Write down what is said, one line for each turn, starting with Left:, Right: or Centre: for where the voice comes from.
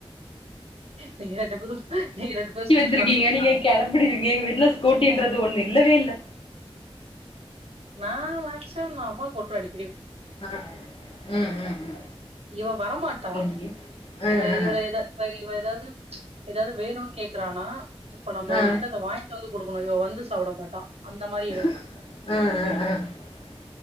Right: நீங்க ரெண்டு பேரும் நீங்க ரெண்டு பேரும் ஸ்கிப்
Left: வச்சிருக்கீங்க நீங்க கிளம்பிடுவீங்க எங்க வீட்டுல ஸ்கூட்டின்ரது ஒண்ணு இல்லவே இல்ல
Right: ஆ வாட்சம் அம்மா போட்ரு அடி
Left: ஹ ம் ம் ம்
Right: இவ வரமாட்டா
Left: எங்கி அ அ
Right: இவ இவள எத இ எதாது எதாது வேணுனு கேக்குறானா இப்ப நம்ம
Left: அ
Right: வந்துட்டு அத வாய்ண்ட்டு வந்து கொடுக்கணு இவ வந்து சாப்பிட மாட்டா அந்த
Left: ம்
Right: மாரி இவ
Left: ம் ம்